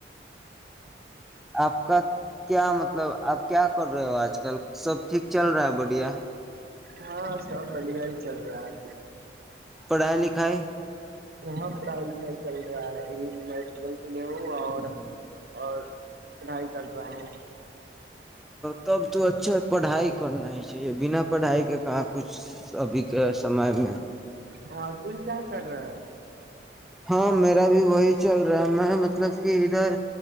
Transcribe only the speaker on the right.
ہاں سب بڑھیا ہی چل رہا ہے۔
یہاں پڑھائی لکھائی چل رہا ہے ابھی میں بارہویں میں ہوں اور اور پڑھائی کر رہا ہوں۔
ہاں تم کیا کر رہے